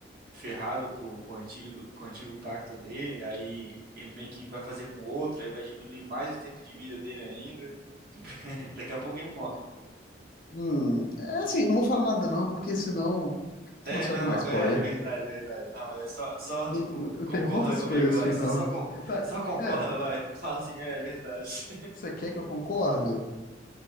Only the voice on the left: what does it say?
Hum, é assim, não vou falar nada não, porque senão, senão
você
vai tomar
spoiler.
Não,
não-
pergunta as
coisas
assim,
não.
<laughs> Tá,
é,
você quer que eu concordo?